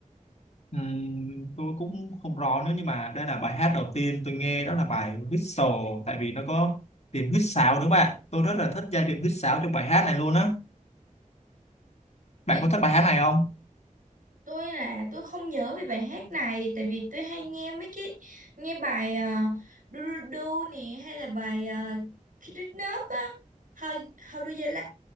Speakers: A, on the left; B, on the right.
A: Ừm, tôi cũng không rõ nữa nhưng mà đây là bài hát đầu tiên tôi nghe đó là bài Whistle tại vì nó có tiếng huýt sáo nữa bạn. Tôi rất là thích giai điệu huýt sáo trong bài hát này luôn á. Bạn
B: Giai
A: có thích bài hát này không?
B: tôi là tôi không nhớ về bài hát này tại vì tôi hay nghe mấy cái nghe bài uh, do do Do nè hay là bài uh, Kid Nup á how how do you like